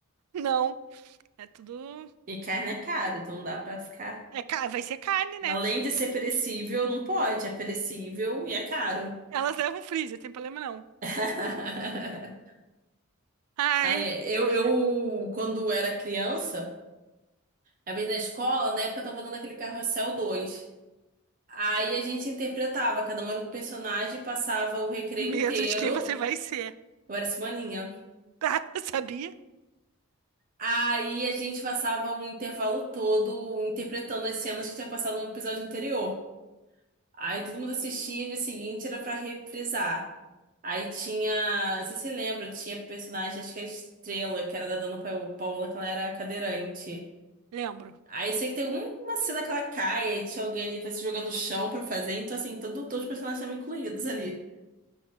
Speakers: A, on the right; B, on the right.
A: Não, é tudo...
B: E carne é caro, então não dá pra ficar.
A: É, ca- vai ser carne, né?
B: Além de ser perecível, não pode. É perecível e é caro.
A: Elas levam freezer, tem problema não.
B: <laughs>
A: Ai,
B: Aí, eu,
A: olha,
B: eu, quando era criança, a vez na escola, na época eu tava dando aquele carrossel 2. Aí a gente interpretava, cada um era um personagem, passava o recreio
A: medo
B: inteiro.
A: de quem você vai ser,
B: Eu era semaninha.
A: tá? <laughs> Sabia?
B: Aí a gente passava um intervalo todo interpretando as cenas que tinha passado no episódio anterior. Aí todo mundo assistia e no dia seguinte era pra reprisar. Aí tinha, não sei se você lembra, tinha personagem, acho que é a Estrela, que era da Dona Pa- Paola, que ela era cadeirante.
A: Lembro.
B: Aí eu sei que tem um, uma cena que ela cai, aí tinha alguém ali pra se jogar no chão pra fazer, então assim, todo, todos os personagens estavam incluídos ali.